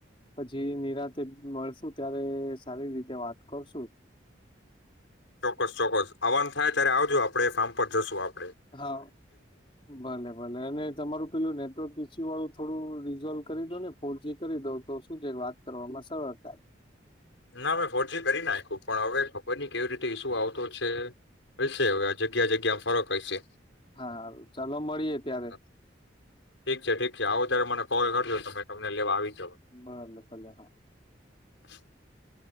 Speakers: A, on the left; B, on the left.
A: પછી નિરાતે મળશુ ત્યારે સારી રીતે વાત કરશું.
B: ચોક્કસ ચોક્કસ આવાનુ થાય ત્યારે આવજો આપડે એ ફાર્મ પર જશું આપ
A: હા ભલે ભલે અને તમારું પેલું નેટવર્ક <unintelligible> વાળું થોડું રિઝોલ્વ કરી દો ને ફોરજી કરી દો તો શું છે વાત કરવામાં સરળ થાય.
B: ના મે ફોરજી કરી નાખ્યું, પણ હવે ખબર નઇ કેવી રીતે ઈસુ આવતો છે હશે હવે જગ્યા જગ્યામાં ફરક હયશે.
A: હા હારું ચાલો મળીએ ત્યારે
B: અ ઠીક છે ઠીક છે આવો તારે મને કોણ લાગ્યો <unintelligible> તમે તમને લેવા આવી જાવ
A: <unintelligible> હા
B: <inaudible>